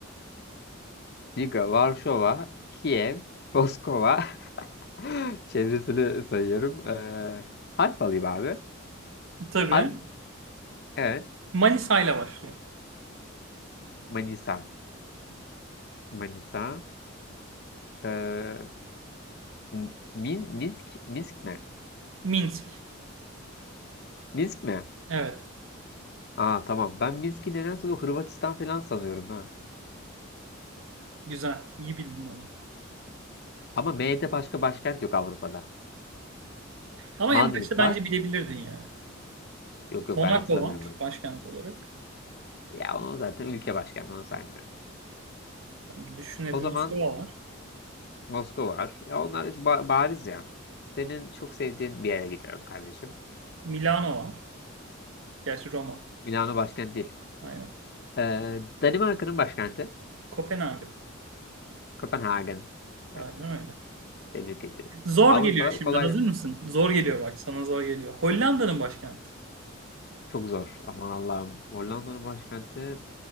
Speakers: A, on the left (about 50°); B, on the right (about 75°).
A: Riga, Varşova, Kiev, Moskova. <laughs> Çevresini sayıyorum. Eee harf alayım abi.
B: Tabii.
A: Har- evet.
B: Manisa ile başlıyor.
A: Manisa. Manisa. Eee, M- Min Minsk, Minsk mi?
B: Minsk.
A: Minsk mi?
B: Evet.
A: Aa tamam. Ben Minsk'i nedense bu Hırvatistan falan sanıyorum ha.
B: Güzel. İyi bildin onu.
A: Ama M'de başka başkent yok Avrupa'da.
B: Ama
A: Madrid
B: en başta bence
A: var.
B: bilebilirdin yani.
A: Yok yok
B: Monaco
A: ben hatırlamıyorum
B: var
A: bunu.
B: başkent olarak.
A: Ya onu zaten ülke başkenti onu saymıyorum.
B: Tamam, düşünelim
A: O zaman
B: Moskova var.
A: Moskova var. Ya onlar hiç ba- bariz ya. Senin çok sevdiğin bir yere gidiyorum kardeşim.
B: Milano var. Gerçi Roma.
A: Milano başkent değil.
B: Aynen.
A: Ee, Danimarka'nın başkenti
B: Kopenhag.
A: Kopenhagen. Evet
B: Aynen öyle.
A: tebrik ediyorum.
B: Zor
A: Avrupa
B: geliyor şimdi.
A: kolay
B: Hazır mısın? Zor geliyor bak. Sana zor geliyor. Hollanda'nın başkenti.
A: çok zor. Aman Allah'ım. Hollanda'nın başkenti